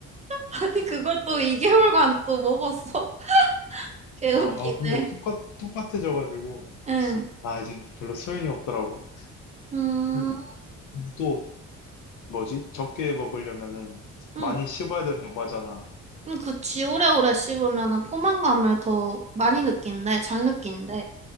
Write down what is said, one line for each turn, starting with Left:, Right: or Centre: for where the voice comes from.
Right: 아니, 그걸 또 2개월간 또 먹었어? <laughs> 개웃기네.
Left: 어, 어, 근데 똑같, 똑같아져가지고,
Right: 응.
Left: 아, 이제 별로 소용이 없더라고.
Right: 음,
Left: 근데, 근데 또, 뭐지? 적게 먹으려면은 많이
Right: 응.
Left: 씹어야 된다고 하잖아.
Right: 응, 그치. 오래오래 씹으면은 포만감을 더 많이 느낀대. 잘 느낀대.